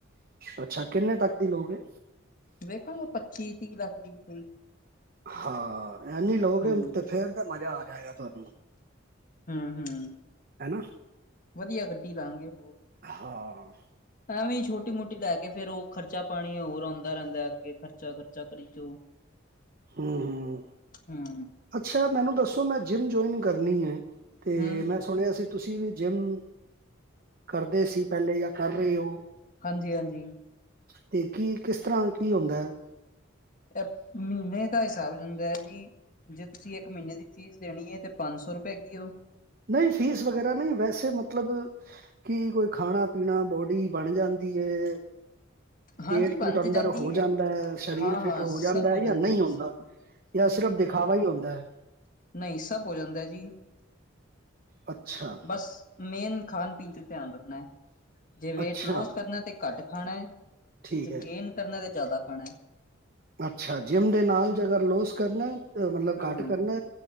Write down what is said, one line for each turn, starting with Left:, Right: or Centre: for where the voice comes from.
Right: ਅੱਛਾ, ਕਿੰਨੇ ਤੱਕ ਦੀ ਲਓਗੇ?
Left: ਵੇਖੋ ਲਓ ਪੱਚੀ ਤੀਹ ਲੱਖ ਦੀ ਹੋਈ।
Right: ਹਾਂ, ਐਨੀ ਲਓਗੇ
Left: ਹੂੰ
Right: ਤੇ ਫੇਰ ਤੇ ਮਜ਼ਾ ਆ ਜਾਏਗਾ ਤੁਹਾਨੂੰ।
Left: ਹੂੰ ਹੂੰ,
Right: ਹੈਨਾ
Left: ਵਧੀਆ ਗੱਟੀ ਲਵਾਂਗੇ ਹੋਰ।
Right: ਹਾਂ
Left: ਐਵੇਂ ਛੋਟੀ ਮੋਟੀ ਲੈ ਕੇ, ਫੇਰ ਉਹ ਖਰਚਾ ਪਾਣੀ ਹੋਰ ਹੁੰਦਾ ਰਹਿੰਦਾ ਅੱਗੇ, ਖਰਚਾ ਖਰਚਾ ਕਰੀ ਜਚੋ।।
Right: ਹੂੰ ਹੂੰ,
Left: ਹੂੰ
Right: ਅੱਛਾ ਮੈਨੂੰ ਦੱਸੋ ਮੈਂ ਜਿੰਮ ਜੁਆਇਨ ਕਰਨੀ ਏ। ਤੇ
Left: ਹੂੰ
Right: ਮੈਂ ਸੁਣਿਆ ਸੀ ਤੁਸੀਂ ਵੀ ਜਿੰਮ ਕਰਦੇ ਸੀ ਪਹਿਲੇ ਜਾਂ ਕਰ ਰੇ ਹੋ।
Left: ਹਾਂਜੀ- ਹਾਂਜੀ।
Right: ਤੇ ਕੀ ਕਿਸ ਤਰ੍ਹਾਂ ਕੀ ਹੁੰਦਾ ਹੈ?
Left: ਐ ਮਹੀਨੇ ਦਾ ਹਿਸਾਬ ਜਾਂਦਾ ਹੈ ਜੀ। ਜੇ ਤੁਸੀਂ ਇੱਕ ਮਹੀਨੇਂ ਦੀ ਫੀਸ ਦੇਣੀ ਐ, ਤੇ ਪੰਜ ਸੌ ਰੁਪਏ ਹੈਗੀ ਓ।
Right: ਨਹੀਂ ਫੀਸ ਵਗੈਰਾ ਨੀ ਵੈਸੇ ਮਤਲਬ ਕੀ ਕੋਈ ਖਾਣਾ ਪੀਣਾ ਬੋਡੀ ਬਣ ਜਾਂਦੀ ਏ।
Left: ਹਾਂਜੀ
Right: ਪੇਟ
Left: ਬਣ
Right: ਪੂਟ ਅੰਦਰ
Left: ਤੇ ਜਾਂਦੀ
Right: ਹੋ ਜਾਂਦਾ ਹੈ, ਸਰੀਰ
Left: ਹਾਂ
Right: ਫਿੱਟ
Left: ਹਾਂ
Right: ਹੋ
Left: ਸਭ
Right: ਜਾਂਦਾ ਐ ਜਾਂ ਨਹੀਂ
Left: ਜੀ
Right: ਹੁੰਦਾ?
Left: ਸਭ
Right: ਜਾਂ ਸਿਰਫ਼ ਦਿਖਾਵਾ ਹੀ ਹੁੰਦਾ ਹੈ।
Left: ਨਹੀ ਸਭ ਹੋ ਜਾਂਦਾ ਜੀ।
Right: ਅੱਛਾ।
Left: ਬਸ ਮੇਨ ਖਾਣ ਪੀਣ ਤੇ ਧਿਆਨ ਰੱਖਣਾ ਹੈ, ਜੇ ਵੇਟ
Right: ਅੱਛਾ
Left: ਲੋਸ ਕਰਨਾ ਤੇ ਘੱਟ ਖਾਣਾ ਹੈ,
Right: ਠੀਕ
Left: ਜੇ
Right: ਹੈ
Left: ਗੇਨ ਕਰਨਾ ਤਾਂ ਜ਼ਿਆਦਾ ਖਾਣਾ।
Right: ਅੱਛਾ, ਜਿੰਮ ਦੇ ਨਾਲ ਜੇਗਰ ਲੋਸ ਕਰਨਾ, ਮਤਲਬ
Left: ਹੈ ਹੂੰ
Right: ਘੱਟ ਕਰਨਾ